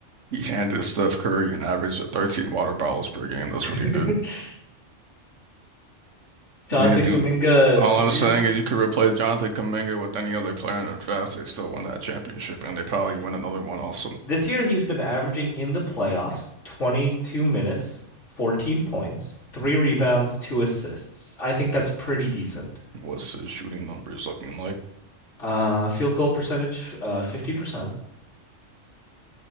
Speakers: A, on the right; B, on the left.
A: he handed Steph Curry an average of 13 water bottles per game. That's
B: <laughs>
A: what he did.
B: Jonathan
A: He didn't
B: Kuminga
A: do. All
B: career.
A: I'm saying is you could replace Jonathan Kuminga with any other player in the draft. They still win that championship, and they probably
B: Man.
A: win another one also.
B: This year he's been averaging in the playoffs 22 minutes, 14 points, three rebounds, two assists. I think that's pretty decent.
A: What's his shooting numbers looking like?
B: Uh, field goal percentage, uh, 50%.